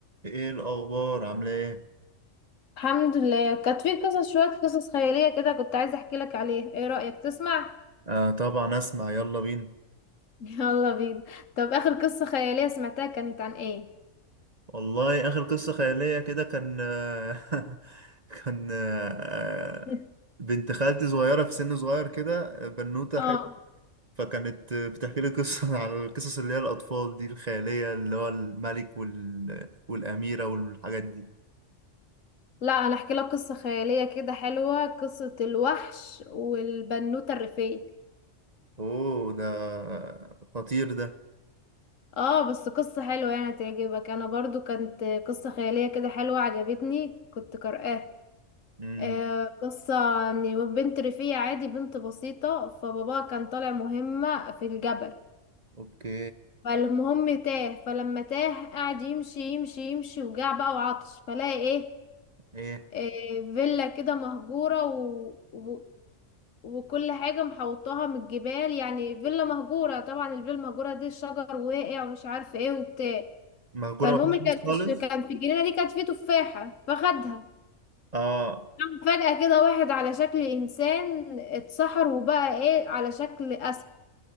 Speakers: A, on the right; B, on the left.
A: ايه الاخبار عامله ايه
B: الحمد لله كانت في قصص شوية قصص خيالية كده كنت عايزة احكي لك عليها ايه رأيك تسمع
A: آه طبعا اسمع يلا بينا
B: <laughs> يلا بينا طب آخر قصة خيالية سمعتها كانت عن ايه
A: والله اخر قصه خياليه كده كان آه <laughs> كان آه
B: <laughs>
A: بنت خالتي صغيره في سن صغير كده آه، بنوته
B: اه
A: حلوه فكانت آه، بتحكي لي قصه <laughs> على القصص اللي هي الاطفال دي الخياليه اللي هو الملك وال... والاميره والحاجات دي
B: لا انا احكي لك قصة خيالية كده حلوة قصة الوحش والبنوتة الريفية
A: اوه ده خطير ده
B: اه بس قصة حلوة يعني تعجبك انا برضو كانت قصة خيالية كده حلوة عجبتني كنت قارئاها
A: امم
B: آه، قصة ان بنت ريفية عادي بنت بسيطة فباباها كان طالع مهمة في الجبل
A: اوكي
B: فالمهم تاه فلما تاه قعد يمشي يمشي يمشي وجاع بقى وعطش فلاقي ايه,
A: ايه
B: إيه فيلا كده مهجورة و... و... وكل حاجة محوطاها من الجبال يعني فيلا مهجورة طبعا الفيلا المهجورة دي الشجر واقع ومش عارف ايه وبتاع
A: مهجوره
B: فالمهم
A: ما فيهاش
B: كان
A: ناس
B: في
A: خالص
B: الش- كان في الجنينة دي كانت فيه تفاحة فخدها
A: اه
B: قام فجأة كده واحد على شكل إنسان اتسحر وبقى ايه على شكل أسد